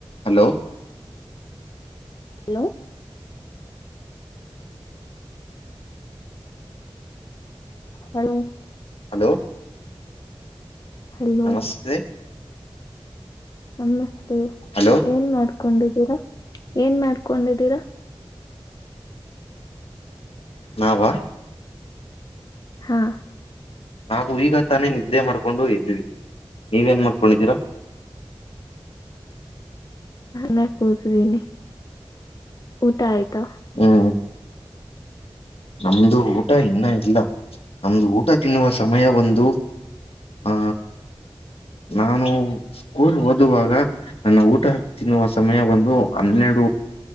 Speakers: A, on the left; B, on the left.
A: Hello
B: hello <unintelligible> hello
A: hello
B: hello
A: ನಮಸ್ತೆ
B: ನಮಸ್ತೆ
A: hello
B: ಏನ್ ಮಾಡ್ಕೊಂಡಿದ್ದೀರಾ ಏನ್ ಮಾಡ್ಕೊಂಡಿದ್ದೀರಾ
A: ನವ
B: ಹಾ
A: ನಾವು ಈಗ ತಾನೇ ನಿದ್ದೆ ಮಾಡ್ಕೊಂಡು ಎದ್ವಿ ನೀವ ಏನ್ ಮಾಡ್ಕೊಂಡಿದ್ದೀರಾ
B: ನ ಕೂತಿದ್ದೀನಿ ಊಟ ಆಯ್ತಾ
A: ಹ್ಮ್ ನಮ್ದು ಊಟ ಇನ್ನ ಇಲ್ಲ ನಮ್ದು ಊಟ ತಿನ್ನುವ ಸಮಯ ಒಂದು ಆ ನಾನು ಸ್ಕೂಲ್ ಓದುವಾಗ ನನ್ನ ಊಟ ತಿನ್ನುವ ಸಮಯ ಬಂದು ಹನ್ನೆರಡು